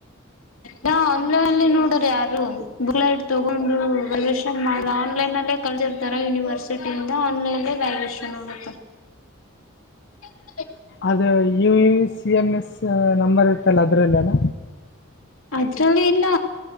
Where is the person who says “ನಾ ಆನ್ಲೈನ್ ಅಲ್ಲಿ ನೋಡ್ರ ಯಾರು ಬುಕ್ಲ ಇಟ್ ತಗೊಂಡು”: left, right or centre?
Left